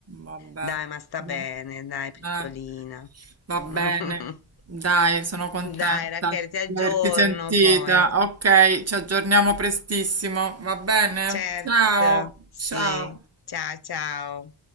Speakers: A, on the right; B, on the left.
A: Vabbè.
B: Dai, ma sta
A: No.
B: bene, dai, piccolina.
A: Eh, va bene.
B: <laughs>
A: Dai, sono contenta
B: Dai, Rachele, ti aggiorno
A: di averti sentita.
B: poi.
A: Ok, ci aggiorniamo prestissimo, va bene?
B: Certo,
A: Ciao,
B: sì.
A: ciao.
B: Ciao, ciao.